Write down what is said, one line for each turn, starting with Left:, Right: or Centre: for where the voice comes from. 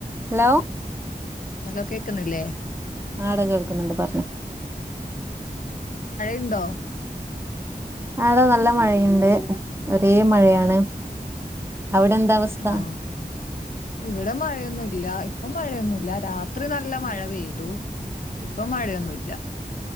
Right: ഹലോ
Left: ഹലോ കേക്കുന്നില്ലേ
Right: ആഡാ കേൾക്കുന്നുണ്ട് പറഞ്ഞോ
Left: ഉണ്ടോ
Right: ആഡാ നല്ല മഴയുണ്ട്.. ഒരേ മഴയാണ്.. അവിടെ എന്താ അവസ്ഥ
Left: ആ ഇവിടെ മഴയൊന്നുല്ല.. ഇപ് ഇപ്പോ മഴയൊന്നുമില്ല.. രാത്രി നല്ല മഴ പെയ്തു.. ഇപ്പൊ മഴയൊന്നുല്ല